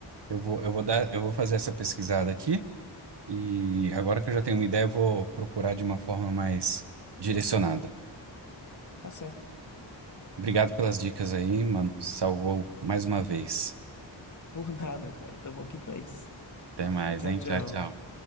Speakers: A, on the right; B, on the left.
A: eu vou, eu vou dar, eu vou fazer essa pesquisada aqui e agora que eu já tenho uma ideia, eu vou procurar de uma forma mais direcionada.
B: Tá certo.
A: Obrigado pelas dicas aí, mano. Salvou mais uma vez.
B: Por <laughs> nada, cara. Tamo aqui pra isso.
A: Até mais,
B: Tchau,
A: hein?
B: tchau.
A: Tchau, tchau.